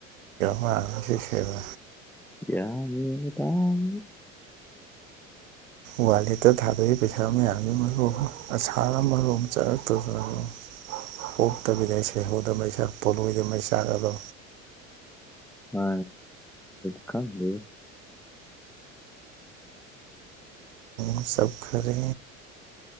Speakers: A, on the right; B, in the centre.
A: ꯃꯗꯤꯁꯕ
B: ꯌꯥꯃꯤ ꯇꯝ
A: ꯋꯥꯂꯦꯠꯇ ꯊꯥꯗꯣꯏꯩ ꯄꯩꯁꯥ ꯃꯌꯥꯝꯅꯤ ꯃꯔꯣꯝ ꯑꯁꯥꯔ ꯃꯔꯣꯝ ꯆꯠꯂꯛꯇ꯭ꯔ ꯄꯣꯞ ꯇꯕꯤꯗ ꯁꯍꯗ ꯃꯩꯁꯥꯈ ꯄꯣꯜꯨꯣꯏꯗ ꯃꯩꯁꯥꯈ ꯑ ꯑꯗꯨ
B: ꯑ ꯀꯥꯟꯦ
A: ꯑ ꯁ ꯈꯔꯦ